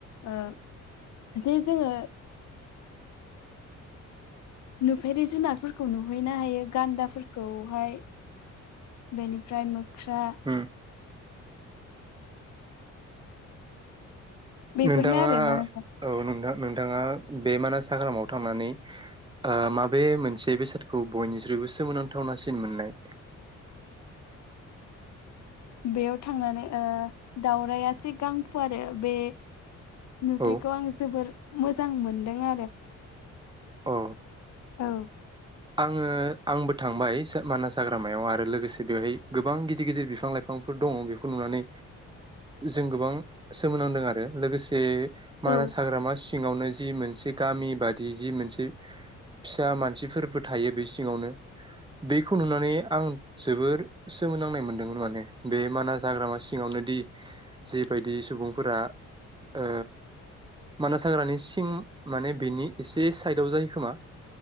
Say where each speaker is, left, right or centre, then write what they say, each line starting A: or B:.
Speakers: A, on the left (about 65°); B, on the right (about 15°).
A: ओ जे जोङो नुफेरि जुनारफोरखौ नुहैनो हायो गान्दाफोरखौहाय बेनिफ्राय मोख्रा
B: उम
A: बेफोरनो
B: नोंथाङा
A: आरोना नोंथां
B: औ नोंथां नोंथाङा बे मानास हाग्रामाव थांनानै ओ माबे मोनसे बेसादखौ बयनिस्रुइबो सोमोनांथावनासिन मोननाय?
A: बेयाव थांनानै ओ दाउरायआ जे गां फुवारो बे नुथाइखौ
B: औ
A: आं जोबोर मोजां मोनदों आरो
B: अ
A: औ
B: आङो आंबो थांबाय मानास हाग्रामायाव आरो लोगोसे बेवहाय गोबां गिदिर गिदिर बिफां लाइफां फोर दङ बेखौ नुनानै जों गोबां सोमोनांदों आरो लोगोसे मानास
A: औ
B: हाग्रामा‌ सि ङावनो जि मोनसे गामि बादि जि मोनसे फिसा मानसिफोर थायो बे सिङावनो बेखौ नुनानै आं जोबोर सोमोनांनाय मोनदोंमोन माने बे माना जाग्रामा सिङावनो बायदि जेबायदि सुबुंफोरा ओ मानास हाग्रानि सिं माने बेनि एसे साइदाव जायोखोमा